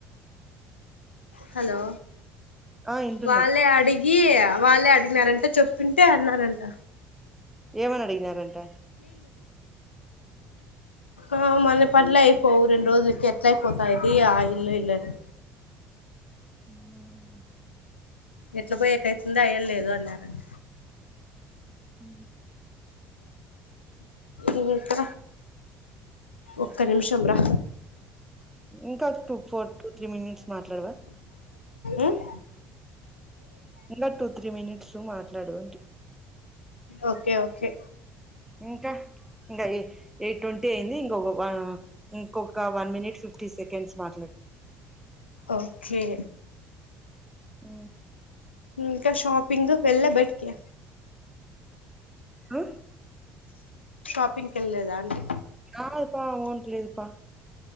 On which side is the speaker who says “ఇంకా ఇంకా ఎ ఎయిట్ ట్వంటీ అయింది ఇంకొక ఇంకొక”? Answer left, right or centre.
Centre